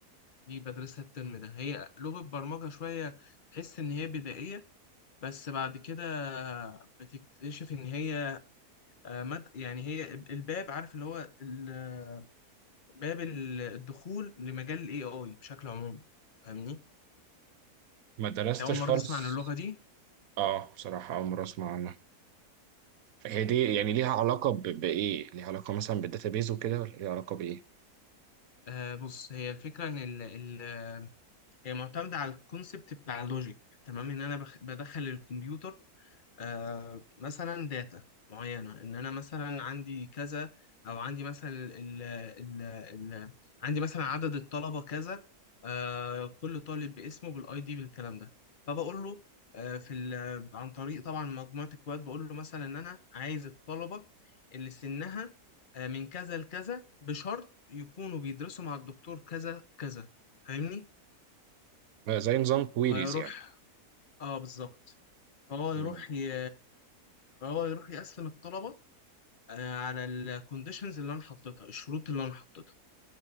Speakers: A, on the left; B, on the right.
A: دي بدرسها الترم ده هي لغة برمجة شوية تحس إن هي بدائية بس بعد كده بتكتشف إن هي آه، مد يعني هي الباب عارف اللي هو ال- باب ال- الدخول لمجال ال AI بشكل عام فاهمني؟ أنت
B: ما درستش
A: أول مرة
B: خالص
A: تسمع عن اللغة دي؟
B: اه بصراحة أول مرة أسمع عنها هي دي يعني ليها علاقة ب... بإيه؟ ليها علاقة مثلا بالداتابيز وكده ولا ليها علاقة بإيه؟
A: آه بص هي الفكرة إن ال ال هي معتمدة على الكونسبت بتاع اللوجيك تمام إن أنا بخ- بدخل الكمبيوتر آه مثلا داتا معينة إن أنا مثلا عندي كذا أو عندي مثلا ال ال ال عندي مثلا عدد الطلبة كذا آه كل طالب باسمه بالاي دي بالكلام ده فبقول له آه في ال- عن طريق طبعا مجموعة اكواد بقول له مثلا إن أنا عايز الطلبة اللي سنها آه من كذا لكذا بشرط يكونوا بيدرسوا مع الدكتور كذا كذا فاهمني؟
B: آه، زي نظام كويريز
A: فيروح
B: يعني
A: اه بالظبط فهو يروح
B: مم.
A: ي... فهو يروح يقسم الطلبة آه، على الكونديشنز اللي أنا حطيتها الشروط اللي أنا حطيتها